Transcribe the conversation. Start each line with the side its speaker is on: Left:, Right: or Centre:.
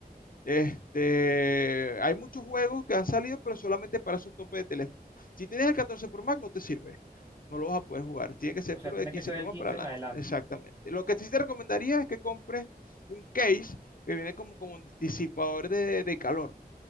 Left: Este, hay muchos juegos que han salido, pero solamente para esos topes de teléfono. Si tienes el 14 Pro Max, no te sirve. No lo vas a poder jugar. Tiene que ser
Right: O
Left: puro
Right: sea, tiene
Left: de 15
Right: que ser
Left: Pro
Right: del
Left: Max
Right: 15
Left: para adelante.
Right: en adelante.
Left: Exactamente. Lo que sí te recomendaría es que compres un case que viene como, como un disipador de, de calor.